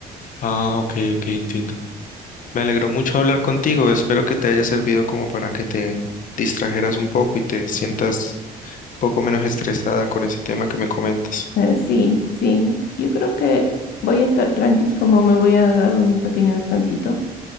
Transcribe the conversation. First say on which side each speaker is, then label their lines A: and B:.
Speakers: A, on the left; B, on the left.
A: Ah, ok, ok, entiendo. Me alegró mucho hablar contigo. Espero que te haya servido como para que te distrajeras un poco y te sientas un poco menos estresada con ese tema que me comentas.
B: Eh, sí, sí. Yo creo que voy a estar tranquis como me voy a dar un pequeño descansito